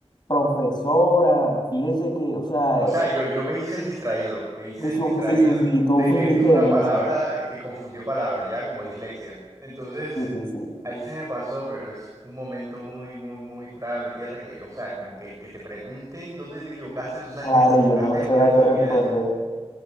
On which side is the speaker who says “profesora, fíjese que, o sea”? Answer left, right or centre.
Left